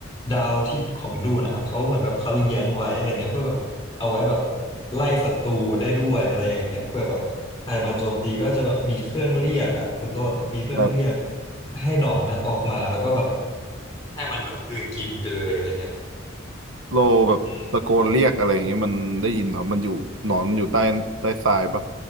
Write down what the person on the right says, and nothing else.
ครับ
เราแบบตะโกนเรียกอะไรอย่างเงี้ยมันได้ยินเหรอมันอยู่หนอนมันอยู่ใต้ใต้ทรายปะ